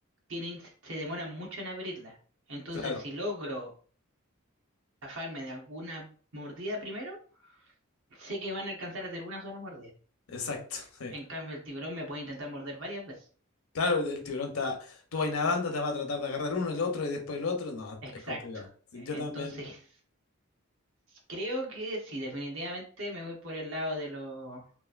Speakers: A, on the right; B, on the left.
A: tienen, se demoran mucho en abrirla. Entonces,
B: Claro,
A: si logro zafarme de alguna mordida primero, sé que van a alcanzar a hacer una sola mordida.
B: exacto. sí.
A: En cambio, el tiburón me puede intentar morder varias veces.
B: Claro, el tiburón te va- tú vas nadando, te va a tratar de agarrar uno, el otro y después el otro. No,
A: Exacto.
B: es complicado. Sí,
A: Entonces,
B: Yo también
A: Creo que sí, definitivamente me voy por el lado de los,